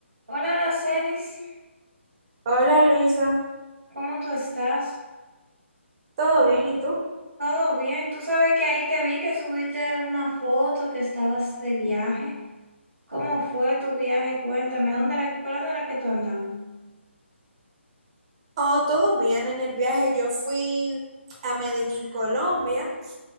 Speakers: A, on the right; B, on the right.
A: Hola, Aracelis,
B: Hola Luisa,
A: ¿cómo tú estás?
B: ¿todo bien? ¿Y tú?
A: ¿Todo bien? Tú sabes que ahí te vi que subiste una foto que estabas de viaje. ¿Cómo fue tu viaje? Cuéntame, ¿a dónde era, por dónde era que tú andabas?
B: Oh, todo bien en el viaje. Yo fui a Medellín, Colombia,